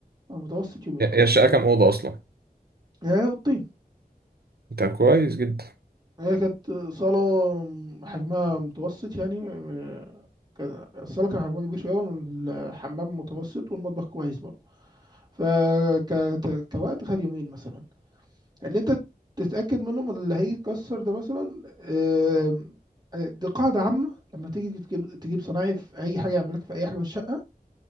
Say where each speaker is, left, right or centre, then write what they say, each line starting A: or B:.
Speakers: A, on the right (about 25°); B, on the right (about 85°).
A: متوسط يومين
B: هي الشقه كام اوضه اصلا
A: هي أوضتين
B: انت كويس جدا
A: هي كانت صالة حجمها متوسط يعني آه، كان- الصالة كان حجمها كبير شوية والحمام متوسط والمطبخ كويس برضه فكوقت خد يومين مثلا اللي انت تتأكد منهم اللي هيكسر ده مثلا آم، آه، دي قاعدة عامة لما تيجي تجيب تجيب صنايعي في أي حاجة يعمل لك في أي حاجة في الشقة